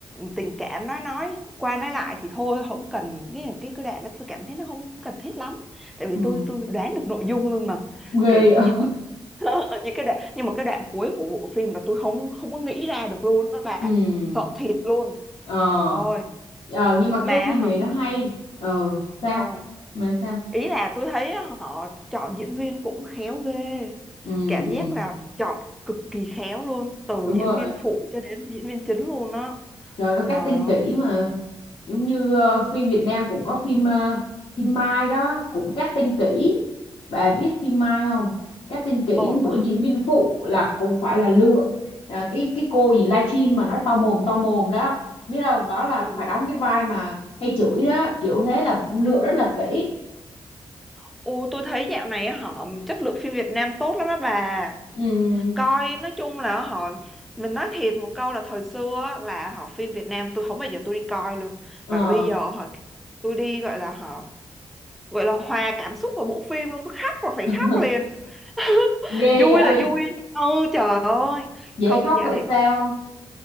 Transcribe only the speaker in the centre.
tình cảm nói nói qua nói lại thì thôi không cần cái cái cái đoạn đó tôi cảm thấy nó không cần thiết lắm tại vì
tôi tôi đoán được nội dung luôn mà
Kiểu, nhưng
mà <laughs> những cái đoạn nhưng mà cái đoạn cuối của bộ phim là tôi không không có nghĩ ra được luôn đó bà
sợ thiệt luôn
trời ơi
mà
hả?
Ừ
ý là tôi thấy họ chọn diễn viên cũng khéo ghê
cảm
giác là chọn cực kỳ khéo luôn từ
diễn
viên phụ cho đến diễn viên chính luôn á
trời
ơi
ồ
tôi
ừ.
Ồ, tôi thấy dạo này họ chất lượng phim Việt Nam tốt lắm đó bà
coi nói chung là họ mình nói thiệt một câu là thời xưa á, là họ phim Việt Nam tôi không bao giờ tôi đi coi luôn
mà bây giờ họ tôi đi gọi là họ gọi là hòa cảm xúc vào bộ phim luôn tôi khóc rồi phải
khóc liền <laughs>
vui
là vui ừ trời ơi
không
dạo
này
công nhận-